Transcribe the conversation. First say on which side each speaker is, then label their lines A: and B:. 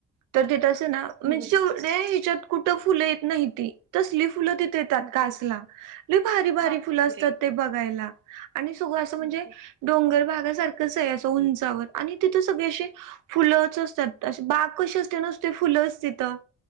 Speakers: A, on the right (about 90°); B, on the right (about 40°).
A: तर तिथंं असे ना रोज
B: हं, हं.
A: शो त्या हेज्यात कुट फुल येत न्हायती तसली मग तिथ येतात
B: हं,
A: कासला
B: हं.
A: लय भारी भारी
B: बापरे!
A: फुलं असतात ते बघायला. आणि सुग असं म्हणजे
B: हं, हं.
A: डोंगर बार तर कस य असय उंचावर आणि तिथ सगळे असे फुलंच
B: हो.
A: असतात अस बाग कशी असते न फुलंच तिथं